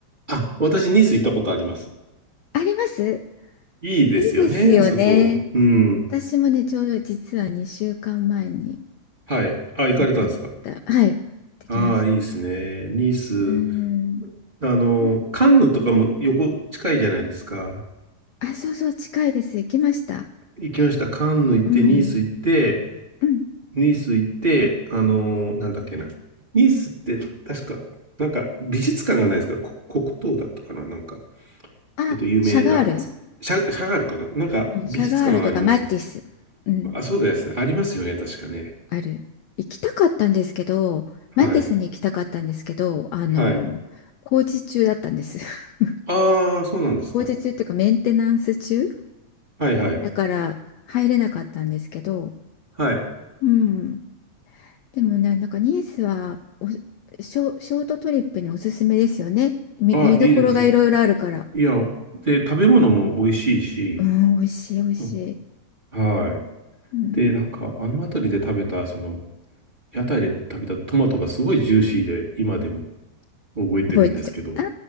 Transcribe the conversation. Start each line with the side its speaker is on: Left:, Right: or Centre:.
Right: あ、私、ニース行ったことあります。
Left: あります
Right: いいですよね、
Left: いいですよね。
Right: あそこ。うん。
Left: 私もね、ちょうど実は2週間前に
Right: はい。あ、行かれたんですか
Left: 行ってきた。はい、行ってきました。
Right: ああー、いいですね。ニース。
Left: うん。
Right: あの、
Left: なん
Right: カンヌとかも横近いじゃないですか。
Left: あ、そうそう、近いです。行きました。
Right: 行きました。カンヌ行って、
Left: うん。
Right: ニース行って、
Left: うん。
Right: ニース行って、あの、なんだっけな。ニースって確か、なんか美術館がないですかこ黒糖だったかななんか、
Left: あ、
Right: えっと、有名な、
Left: シャガール
Right: シャ、シャガールかななんか美術館があります。
Left: うんシャガールとかマティス、うん、
Right: あ、そうですね。ありますよね。確かね。
Left: ある。行きたかったんですけど、
Right: はい。
Left: マティスに行きたかったんですけど、あの、
Right: はい。
Left: 工事中だったんです。<laughs>
Right: ああ、そうなんですか。
Left: 工事中っていうかメンテナンス中
Right: はいはい。
Left: だから入れなかったんですけど、
Right: はい。
Left: うん。でもね、なんかニースはおショ、ショートトリップにおすすめですよね。見、
Right: ああ、
Left: 見どころがいろいろあるから。
Right: いいですねいや、で、食べ物も美味しいし、
Left: うん、美味しい美味しい。
Right: うんはい。
Left: うん、
Right: で、なんか、あの辺りで食べた、その、屋台で食べたトマトがすごいジューシーで、今でも覚えてるんですけど、
Left: 覚えてる。ああ、